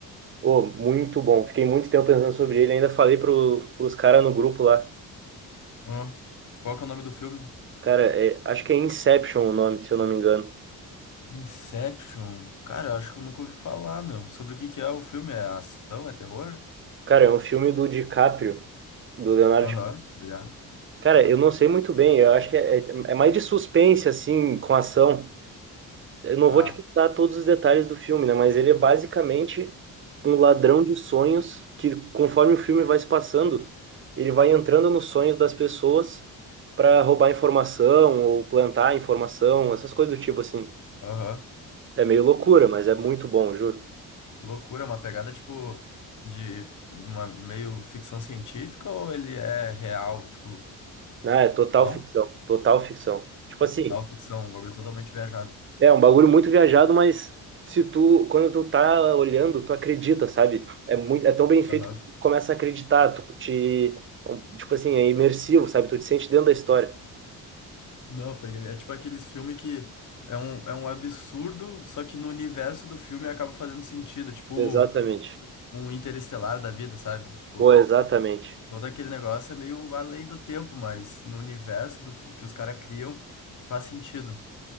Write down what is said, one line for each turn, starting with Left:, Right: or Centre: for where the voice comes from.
Right: oh muito bom. Fiquei muito tempo pensando sobre ele, ainda falei pro, pros caras no grupo lá.
Left: Ó, qual que é o nome do filme?
Right: Cara, é- acho que é Inception o nome, se eu não me engano.
Left: Inception? Cara, eu acho que eu nunca ouvi falar, meu. Sobre o que que é o filme? É ação? É terror?
Right: Cara, é um filme do DiCaprio, do Leonardo
Left: Aham, obrigado.
Right: Cara, eu não sei muito bem. Eu acho que é, é é mais de suspense, assim, com ação. Eu não
Left: Tá.
Right: vou te contar todos os detalhes do filme, né? Mas ele é basicamente um ladrão de sonhos que, conforme o filme vai se passando, ele vai entrando nos sonhos das pessoas para roubar informação ou plantar informação, essas coisas do tipo, assim.
Left: Aham.
Right: É meio loucura, mas é muito bom, juro.
Left: Loucura, é uma pegada tipo de uma meio ficção científica ou ele é real? Tipo,
Right: Ah, é total
Left: não?
Right: ficção, total ficção. Tipo
Left: Total
Right: assim,
Left: ficção, um bagulho totalmente viajado.
Right: É um bagulho muito viajado, mas se tu, quando tu tá olhando, tu acredita, sabe? É muito, é tão bem feito
Left: Aham.
Right: que tu começa a acreditar, tu te, um, tipo assim, é imersivo, sabe? Tu te sente dentro da história.
Left: Não, eu peguei. É tipo aqueles filmes que é um, é um absurdo, só que no universo do filme acaba fazendo sentido. Tipo,
Right: Exatamente.
Left: um interestelar da vida, sabe? Tipo,
Right: Pô, exatamente.
Left: todo aquele negócio é meio além do tempo, mas no universo do fi- que os caras criam faz sentido.